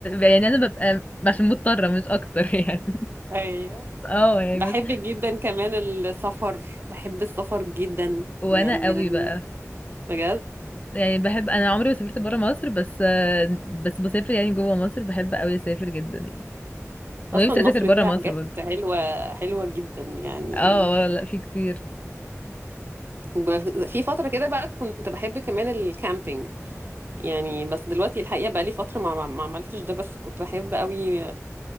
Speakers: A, on the left; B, on the right.
A: يعني انا ببقى عشان مضطره مش اكتر <laughs> يعني
B: ايوه
A: اه
B: <laughs>
A: يعني
B: بحب
A: بس
B: جدا كمان السفر بحب السفر جدا
A: وانا
B: يعني من
A: قوي
B: ال...
A: بقى
B: بجد
A: يعني بحب انا عمري ما سافرت بره مصر بس بس بسافر يعني جوه مصر بحب قوي اسافر جدا يعني ونفسي
B: اصلا
A: اسافر
B: مصر
A: بره
B: فيها
A: مصر
B: حاجات
A: برضه
B: حلوه حلوه جدا يعني
A: اه آه، لا في كتير
B: ب- في فتره كده بقى كنت بحب كمان الكامبينج يعني بس دلوقتي الحقيقه بقى لي فتره ما ما ما عملتش ده بس كنت بحب قوي